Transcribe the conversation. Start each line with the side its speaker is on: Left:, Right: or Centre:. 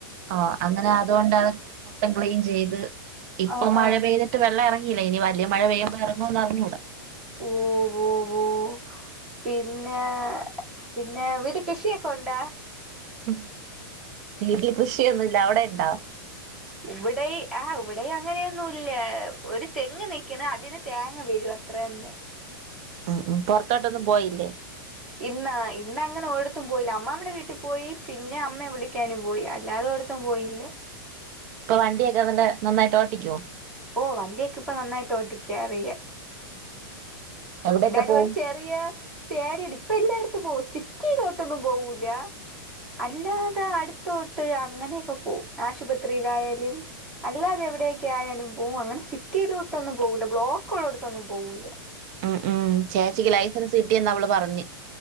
Right: ആഹ് അങ്ങനെ അതുകൊണ്ടതങ്ങ് മൊത്തം ക്ലീൻ ചെയ്ത് ഇപ്പം
Centre: ആഹ്
Right: മഴ
Centre: ആഹ്
Right: പെയ്ത് ട്ട് വെള്ളെറങ്ങീല്ല ഇനി വലിയ മഴ പെയ്യുമ്പ എറങ്ങോന്നറിഞ്ഞൂടാ.
Centre: ഓവോവോഹ്. പിന്നെ പിന്നെ വീട്ടി കൃഷിയൊ കൊണ്ടാ
Right: ഹും വീട്ടീ കൃഷിയൊന്നുല്ല. അവിടെ യിണ്ടോ?
Centre: ഇവിടെയ് ആഹ് ഇവിടെയ് അങ്ങനെയൊന്നും ഇല്ല ഒരു തെങ്ങ് നിക്കണ് അതിന് തേങ്ങ വീഴും അത്ര തന്നെ.
Right: ഉം ഉമ് പുറത്തോട്ടൊന്നും പോയില്ലേ
Centre: ഇന്നാ? ഇന്ന് അങ്ങനെ ഒരിടത്തും പോയില്ല അമ്മാമ്മേടെ വീട്ടി പോയി പിന്നെ അമ്മയെ വിളിക്കാനും പോയി. അല്ലാതെ ഒര്ട് ത്തും പോയില്ല.
Right: ഇപ്പ വണ്ടിയൊക്കെ നല്ല നന്നായിട്ട് ഓട്ടിക്കോ?
Centre: ഓഹ് വണ്ടിയൊക്കെ ഇപ്പൊ നന്നായിട്ട് ഓട്ടിക്ക്യാ അറിയാ.
Right: എവിടെയൊക്കെ
Centre: എന്തായാലും
Right: പോവും?
Centre: ഒരു ചെറിയ പേടിയുണ്ട്. ഇപ്പ എല്ലായിടത്തും പോവും സിറ്റിയിലോട്ടൊന്നും പോവൂല്ല. അല്ലാതെ അടുത്തോട്ട് അങ്ങനെയൊക്കെ പോവും. ആശുപത്രിയിലായാലും അല്ലാതെ എവിടെയൊക്കെ ആയാലും പോവും അങ്ങനെ സിറ്റിയിലോട്ടൊന്നും പോകൂല്ല ബ്ലോക്കൊള്ളോടുത്തൊന്നും പോകൂല്ല.
Right: ഉം ഉം ചേച്ചിക്ക് ലൈസൻസ് കിട്ടിയെന്ന് അവള് പറഞ്ഞ്.